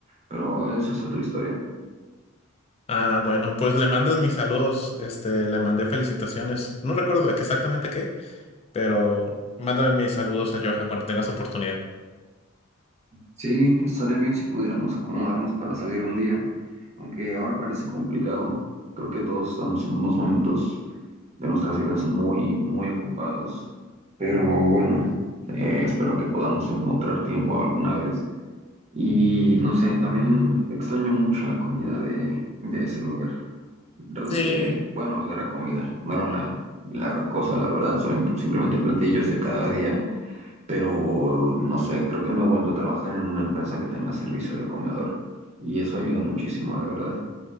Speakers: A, on the right (about 30°); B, on the left (about 30°).
A: pero eso es otra historia.
B: Ah, bueno, pues le mandas mis saludos, este, le mandé felicitaciones, no recuerdo de qué exactamente qué, Pero mándame mis saludos a Johan cuando tengas oportunidad.
A: Sí, estaría bien si pudiéramos acomodarnos para salir un día, aunque ahora parece complicado. Creo que todos estamos en unos momentos de nuestras vidas muy, muy ocupados, pero bueno, eh, espero que podamos encontrar tiempo alguna vez. Y no sé, también extraño mucho la comida de, de ese lugar. Realmente,
B: Sí,
A: bueno, era comida, no era la, la gran cosa, la verdad, son simplemente platillos de cada día pero no sé, creo que no he vuelto a trabajar en una empresa que tenga servicio de comedor y eso ayuda muchísimo, la verdad.